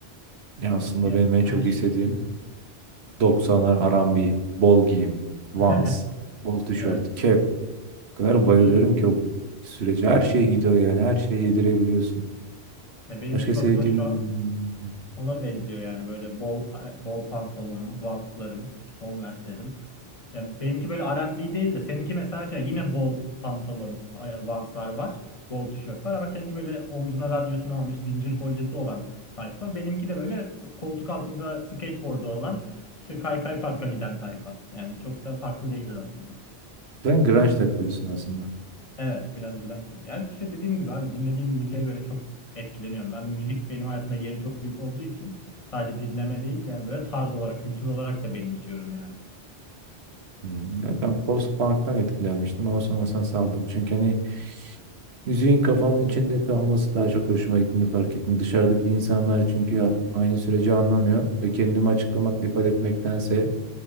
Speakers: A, on the right; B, on the left.
A: Ya
B: O-
A: aslında
B: Yani
A: benim en
B: her
A: çok
B: şeyi
A: istediğim
B: etkiliyor.
A: doksanlar, arambi, bol giyim, Vans,
B: <laughs>
A: bol tişört,
B: Evet,
A: kep. O kadar bayılıyorum
B: evet.
A: ki o sürece her şey gidiyor yani her şeyi yedirebiliyorsun.
B: Ya benim
A: Başka
B: bir bakıma
A: sevdiğim...
B: şu an ona benziyor yani böyle bol bol pantolonum, vanslarım, Converse'lerim. Ya benimki böyle R&B değil de seninki mesela şey yine bol pantolon, ay- vanslar var. Bol tişört var ama seninki böyle omzuna radyosunu almış zincir kolyesi olan tayfa. Benimki de böyle koltuk altında skateboard'u olan işte kaykay parka giden tayfa. Yani çok da farklı değiliz aslında.
A: Sen grunge takılıyorsun aslında.
B: Evet biraz grunge takılıyor. Yani işte dediğim gibi abi dinlediğim müziğe göre çok etkileniyorum. Ben müzik benim hayatımda yeri çok büyük olduğu için sadece dinleme değil yani böyle tarz olarak kültür olarak da benimsiyorum yani.
A: Hmm, ya Ben post-punk'tan etkilenmiştim ama sonrasında saldım. Çünkü hani müziğin kafamın içinde kalması daha çok hoşuma gittiğini fark ettim. Dışarıdaki insanlar çünkü aynı süreci anlamıyor ve kendimi açıklamak, ifade etmektense